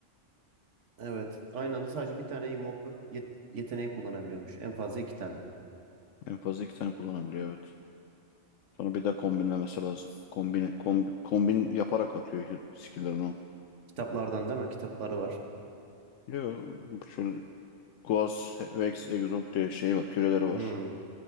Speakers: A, on the right; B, on the left.
A: Evet. Aynı anda sadece bir tane Invoker yet- yeteneği kullanabiliyormuş. En fazla iki tane.
B: En fazla iki tane kullanabiliyor. Evet. Sonra bir de kombinlemesi lazım. Kombine, kombin, kombin yaparak atıyor hir- skill'lerini o.
A: Kitaplardan değil mi? Kitapları var.
B: Yo, bu şöyle Quas, Vex, Exorb diye şey var. Küreleri var.
A: Hmm.